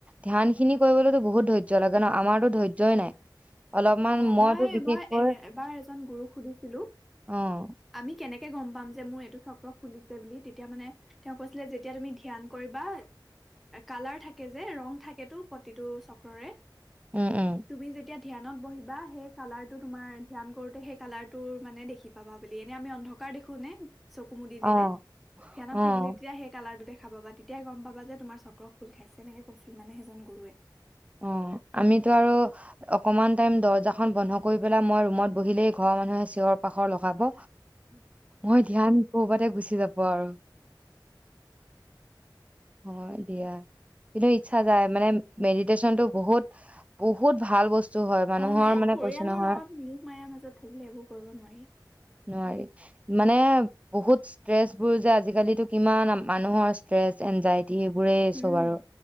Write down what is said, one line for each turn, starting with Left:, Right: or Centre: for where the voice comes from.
Right: ধ্যান খেটি কৰিবলৈ বহুত ধৈ্য লাগে ন আমাৰতো ধৈৰ্যয়ই নাই অলপমান
Centre: অ
Right: মইতো
Centre: মই
Right: বিশেষকৈ
Centre: মই এ এবাৰ এজন গুৰুক সুধিছিলো
Right: অ',
Centre: আমি কেনেকে গম পাম যে মোৰ এইটো চক্ৰ খুলিছে বুলি তেতিয়া মানে তেওঁ কৈছিলে যেতিয়া তুমি ধ্যান কৰিবা কালাৰ থাকে যে ৰং থাকেতো প্ৰতিটো চক্ৰৰে
Right: উম উম
Centre: তুমি যেতিয়া ধ্যানত বহিবা সেই কালাৰটো তোমাৰ ধ্যান কৰোঁতে সেই কালাৰটো মানে দেখি পাবা বুলি এনে আমি অন্ধকাৰ দেখো নে চকু মোদি
Right: অ',
Centre: দিলে ধ্নত
Right: অ',
Centre: থাকিলে তেতিয়া সেই কালাৰটো দেখ খাবা তেতিয়াই গম পাবা যে তোমাৰ চক্ৰ খোুল খাইছে এনেকে কৈছিল মানে সেইজন গুৱে
Right: অ আমিতো আৰু অকমান টাইম দৰ্জাখন বন্ধ কৰি পেলাই মই ৰুমত বহিলেই ঘৰৰ মানুহে চিঞৰ পাখৰ লগাব মই ধ্যান কৰবাততে গুচি যাব আৰু হয় দিয়া কিন্তু ইচ্ছা যায় মানে মেডিটচনতটো বহুত বহুত ভাল বস্তু হয় মানুহৰ
Centre: অ এ
Right: মানে
Centre: পৰিয়ালৰ
Right: কৈছো নহয়
Centre: লগত মোক মায়াৰ মাজত থাকিলে এইবোৰ কৰিব নোৱাৰি
Right: নোৱাৰি মানে বহুত ষ্ট্ৰেচ বোৰ যে আজিকালিো কিমান মানুহৰ ষ্ট্ৰেচ এনজাই সেইবোৰেই
Centre: উম।
Right: চব আৰু